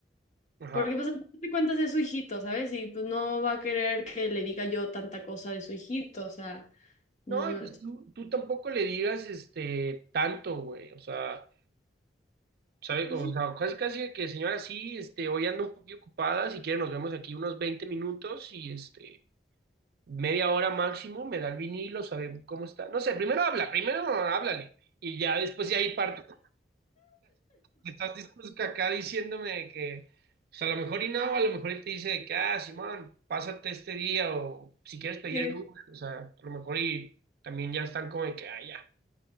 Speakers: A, on the right; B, on the left.
A: ajá.
B: Porque pues a fin de cuentas es su hijito, ¿sabes? Y pues no va a querer que le diga yo tanta cosa de su hijito, o sea, no
A: No,
B: me...
A: y pues tú, tú tampoco le digas, este, tanto, güey, o sea. ¿Sabe
B: Pues
A: cómo?
B: sí.
A: O sea, casi casi que señora, sí, este, hoy ando un poquito ocupada, si quiere nos vemos aquí unos 20 minutos y este, media hora máximo, me da el vinilo, sabe cómo está. No sé, primero habla, primero háblale y ya después de ahí parto. <laughs> Estás dispuesto acá diciéndome que, pues a lo mejor y no, a lo mejor y te dice de que, ah, Simón, pásate este día o si quieres pedir
B: <laughs>
A: el Uber, o sea, a lo mejor y también ya están como de que, ah, ya.